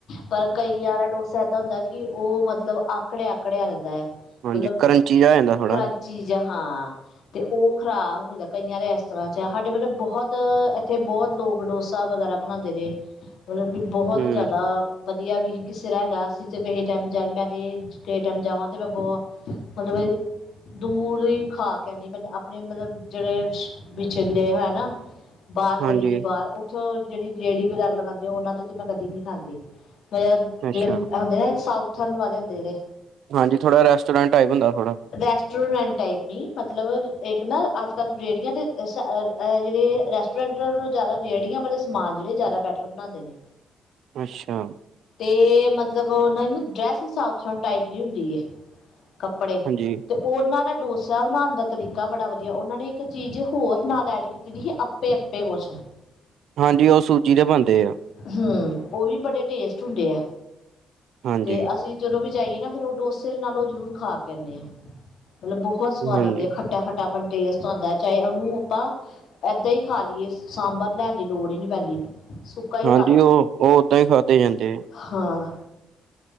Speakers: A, on the left; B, on the right.
A: ਪਰ ਕਈਆ ਦਾ ਡੋਸਾ ਏਦਾ ਹੁੰਦਾ ਕਿ ਉਹ ਮਤਲਬ ਆਕੜਿਆ ਆਕੜਿਆ ਰਹਿੰਦਾ।
B: ਹਾਂਜੀ
A: ਮਤਲਬ
B: ਕਰੰਚੀ ਜਾ ਹੋ ਜਾਂਦਾ। ਥੋੜਾ।
A: ਕਰੰਚੀ ਜਾ ਹਾਂ। ਤੇ ਉਹ ਖਰਾਬ ਹੁੰਦੇ ਕਈਆ ਦੇ ਇਸ ਤਰ੍ਹਾਂ ਚ ਸਾਡੇ ਮਤਲਬ ਬਹੁਤ ਇੱਥੇ ਬਹੁਤ ਲੋਕ ਡੋਸਾ ਵਗੈਰਾ ਬਣਾਦੇ <unintelligible>
B: <inaudible>
A: ਮਤਲਬ ਕਿ ਬਹੁਤ
B: ਹੂੰ,
A: ਜ਼ਿਆਦਾ ਵਧੀਆ ਵੀ ਕਿਸੇ ਰਾਹ ਹੈਗਾ ਅਸੀਂ ਤੇ ਕਿਸੇ ਟਾਈਮ <unintelligible> ਤੇ ਕੇ ਟਾਈਮ ਜਾਵਾਂ ਤੇ ਮੈਂ ਬਹੁਤ ਮਤਲਬ ਦੂਰੋ ਹੀ ਖਾ ਕੇ ਆਂਦੀ ਆਪਣੇ ਮਤਲਬ ਜਿਹੜੇ ਵਿਚੇਲੇ ਹੈ ਨਾ ਬਾਹਰ ਗਲੀ
B: ਹਾਂਜੀ,
A: ਦੇ ਬਾਹਰ ਉੱਥੋਂ ਜਿਹੜੀ ਰੇਹੜੀ ਵਗੈਰਾ ਲਗਾਉਂਦੇ ਉਹਨਾਂ ਤੋਂ ਤੇ ਮੈਂ ਕਦੀ ਨੀ ਖਾਂਦੀ। ਮਤਲਬ
B: ਅੱਛਾ,
A: ਜਿਹੜੇ ਹੁੰਦੇ ਨਾ ਸਾਊਥਣ ਵਾਲੇ ਹੁੰਦੇ ਜਿਹੜੇ
B: ਹਾਂਜੀ ਥੋੜਾ ਰੈਸਟੋਰੈਂਟ <unintelligible> ਥੋੜਾ।
A: ਰੈਸਟੋਰੈਂਟ ਟਾਈਪ ਨਹੀਂ ਮਤਲਬ ਇੱਕ ਨਾ ਅੱਜ ਕੱਲ੍ਹ ਰੇਹੜੀਆਂ ਤੇ ਸ ਜਿਹੜੇ ਰੈਸਟੋਰੈਂਟੋਂ ਜ਼ਿਆਦਾ ਰੇਹੜੀਆਂ ਵਾਲੇ ਸਮਾਨ ਜਿਹੜੇ ਜ਼ਿਆਦਾ ਬੈਟਰ ਬਣਾਉਂਦੇ ਨੇ।
B: ਅੱਛਾ।
A: ਤੇ ਮਤਲਬ ਉਹਨਾਂ ਦੀ ਨਾ ਡਰੈੱਸ ਹੀ ਸਾਊਥਨ ਟਾਈਪ ਦੀ ਹੁੰਦੀ ਹੈ ਕੱਪੜੇ।
B: ਜੀ।
A: ਤੇ ਉਹਨਾਂ ਦਾ ਡੋਸਾ ਬਣਾਉਣ ਦਾ ਤਰੀਕਾ ਬੜਾ ਵਧੀਆ ਉਹਨਾਂ ਨੇ ਇੱਕ ਚੀਜ਼ ਹੋਰ ਨਾਲ ਐਡ <unintelligible> ਅਪੇ ਅਪੇ ਕੁਛ।
B: ਹਾਂਜੀ ਉਹ ਸੂਜੀ ਦੇ ਬਣਦੇ ਆ।
A: ਹਮ ਉਹ ਵੀ ਬੜੇ ਟੇਸਟ ਹੁੰਦੇ ਆ
B: ਹਾਂਜੀ।
A: ਤੇ ਅਸੀਂ ਜਦੋਂ ਵੀ ਜਾਈਏ ਨਾ ਫੇਰ ਉਹ ਡੋਸੇ ਦੇ ਨਾਲ ਉਹ ਜ਼ਰੂਰ ਖਾ ਕੇ ਆਂਨੇ ਆ। ਮਤਲਬ ਬਹੁਤ ਸਵਾਦ
B: ਹਾਂਜੀ,
A: ਲੱਗਦੀ ਆ ਖੱਟਾ ਖੱਟਾ ਪਣ ਟੇਸਟ ਆਂਦਾ ਚਾਹੇ ਉਹਨੂੰ ਅਪਾਂ ਏਦਾਂ ਹੀ ਖਾ ਲਈਏ ਸਾਂਬਰ ਲੈਣ ਦੀ ਲੋੜ ਹੀ ਨੀ ਪੈਂਦੀ। ਸੁੱਕਾ ਹੀ
B: ਹਾਂਜੀ
A: ਖਾ ਲੋ
B: ਉਹ ਉਹ ਓਦਾਂ ਹੀ ਖਾਧੇ ਜਾਂਦੇ ਹੈ।
A: ਹਾਂ।